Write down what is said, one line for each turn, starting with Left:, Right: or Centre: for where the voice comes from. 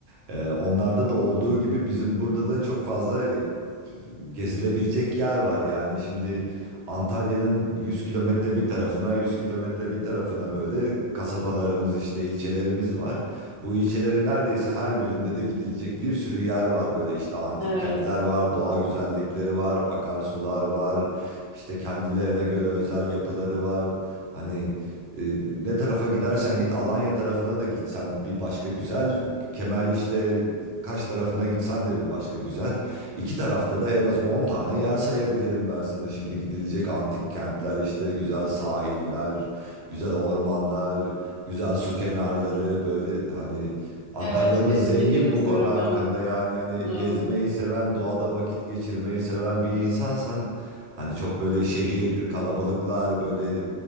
Right: Ee, onlarda da olduğu gibi bizim burada da çok fazla e, gezilebilecek yer var. Yani şimdi Antalya'nın 100 kilometre bir tarafına, 100 kilometre bir tarafına böyle kasabalarımız işte ilçelerimiz var. Bu ilçelerin neredeyse her birinde de gidilecek bir sürü yer var böyle işte antik
Left: Evet,
Right: kentler var, doğa güzellikleri var, akarsular var, işte kendilerine göre özel yapıları var. Hani e, ne tarafa gidersen git Alanya tarafına da gitsen bir başka güzel. Kemer işte Kaş tarafına gitsen de bir başka güzel. İki tarafta da en az 10 tane yer sayabilirim ben sana. Şimdi gidilecek antik kentler işte güzel sahiller, güzel ormanlar, güzel su kenarları böyle hani Antalya'mız
Left: evet kesinlikle
Right: zengin
Left: katılıyorum
Right: bu konu hakkında
Left: ya.
Right: yani hani
Left: Evet.
Right: gezmeyi seven, doğada vakit geçirmeyi seven bir insansan hani çok böyle şehir, kalabalıklar böyle